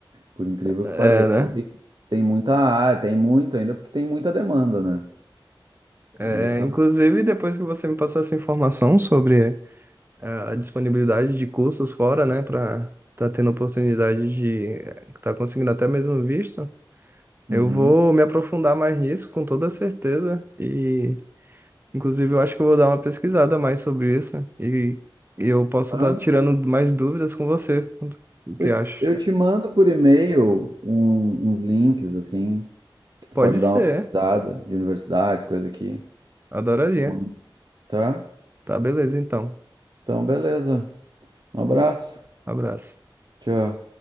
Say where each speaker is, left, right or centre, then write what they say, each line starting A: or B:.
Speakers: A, on the right (about 55°); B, on the right (about 25°).
A: por incrível
B: É,
A: que pareça.
B: né?
A: Então tem, tem muita área, tem muito ainda, porque tem muita demanda, né?
B: É,
A: Ainda tá.
B: inclusive, depois que você me passou essa informação sobre é, a disponibilidade de cursos fora, né, para tá tendo oportunidade de é, tá conseguindo até mesmo visto, eu
A: Uhum.
B: vou me aprofundar mais nisso com toda certeza e Inclusive, eu acho que eu vou dar uma pesquisada mais sobre isso e, e eu posso
A: Tá?
B: estar tirando mais dúvidas com você. O que
A: Eu,
B: acha?
A: te- eu te mando por e-mail um- uns links, assim, que tu
B: Pode
A: pode
B: ser,
A: dar uma pesquisada de universidades, coisa aqui.
B: adoraria.
A: Te mando, tá?
B: Tá, beleza, então.
A: Então, beleza. Um abraço.
B: Abraço.
A: Tchau.